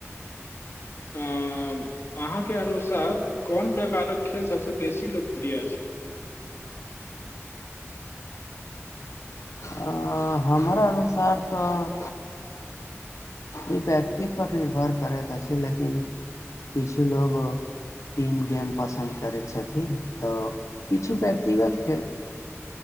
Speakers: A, on the left; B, on the left.
A: अं अहाँके अनुसार कोन प्रकारक खेल सबसँ बेसी लोकप्रिय छै
B: अ, हमरा अनुसार तऽ ई व्यक्तिपर निर्भर करैत अछि लेकिन किछु लोग टीम गेम पसन्द करैत छथिन तऽ किछु व्यक्तिगत खेल